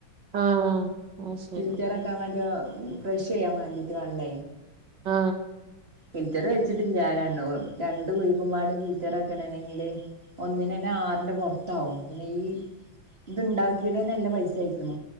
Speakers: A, on the right (about 65°); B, on the right (about 30°).
A: ആഹ് അത് ശരി
B: പിൽറ്റാരേക്കാൻ വാണ്ടി ആ ഫ്രഷ് ചെയ്യാൻ മാണ്ടിയിട്ട് വള്ള
A: ആ
B: ഫിൽറ്റർ വെച്ചിട്ടില്ല ആ രണ്ടു കുഴിക്കുമ്പാടും ഫിൽറ്റർക്കണണെങ്കില് ഒന്നിന തന്നെ ആറിന്റെ പുറത്താവും ഈ ഇത്ണ്ടാക്കിയത്ന്നെ നല്ല പൈസയക്കണ